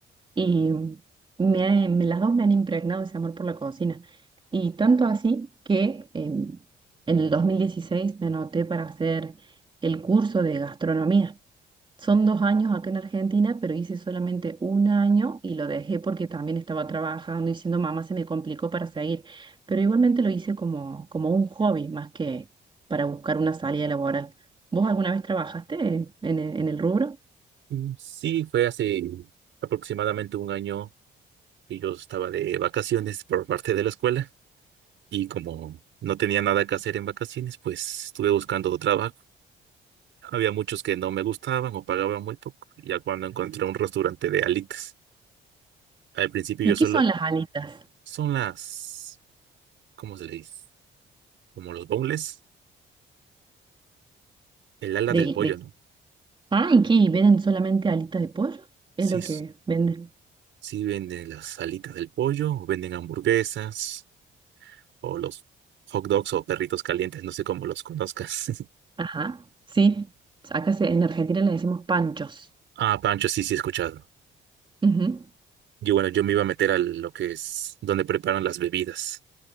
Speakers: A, on the right; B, on the right.
A: y me, ha- me- las dos me han impregnado ese amor por la cocina. Y tanto así que em, en el 2016 me anoté para hacer el curso de gastronomía. Son dos años acá en Argentina, pero hice solamente un año y lo dejé porque también estaba trabajando y siendo mamá se me complicó para seguir. Pero igualmente lo hice como, como un hobby más que para buscar una salida laboral. ¿Vos alguna vez trabajaste en, el en el rubro?
B: Mm, Sí, fue hace aproximadamente un año que yo estaba de vacaciones por parte de la escuela y como no tenía nada que hacer en vacaciones, pues estuve buscando trabajo. Había muchos que no me gustaban o pagaban muy poco, ya cuando encontré un restaurante de alitas. Al principio
A: ¿Y
B: yo solo...
A: qué son las alitas?
B: Son las... ¿Cómo se le dice? como los boneless, el ala
A: ¿Del-
B: del pollo,
A: de,
B: ¿no?
A: ah, ¿y qué? ¿Y ¿Venden solamente alitas de pollo?
B: Sí,
A: Es lo que venden.
B: sí venden las alitas del pollo, o venden hamburguesas, o los hot dogs o perritos calientes, no sé cómo los conozcas. <laughs>
A: Ajá, sí. Acá se- en Argentina le decimos panchos.
B: Ah, Pancho, sí, sí, he escuchado.
A: Ujú.
B: Yo, bueno, yo me iba a meter a lo que es donde preparan las bebidas,